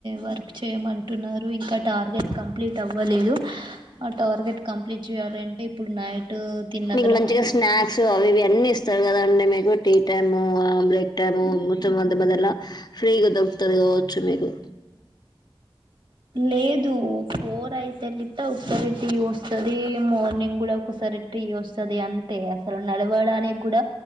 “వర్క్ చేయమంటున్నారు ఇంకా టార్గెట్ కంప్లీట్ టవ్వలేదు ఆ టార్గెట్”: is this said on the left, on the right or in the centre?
Right